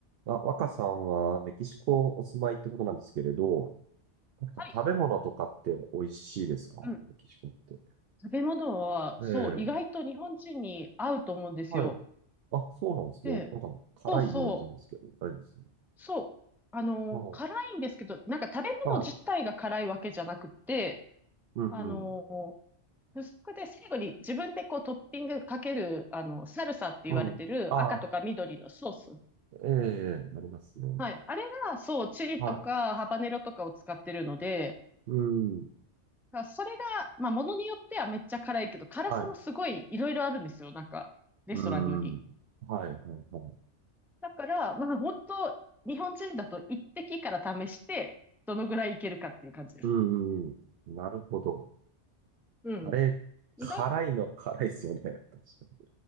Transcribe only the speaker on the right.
あ、若さんはメキシコお住まいってことなんですけれど、なんか食べ物とかって美味しいですかメキシコって。
ええ、
はい。あ、そうなんですね。
なんか辛いイメージなんですけど、
大丈夫です。
はい。
はい。うんうん。
うん。あ、ええ、なりますね。
はい。うん。
はい。
うん。はい、はい、はい。
うんうんうん。なるほど。
あれ、
辛いの辛いですよね。確か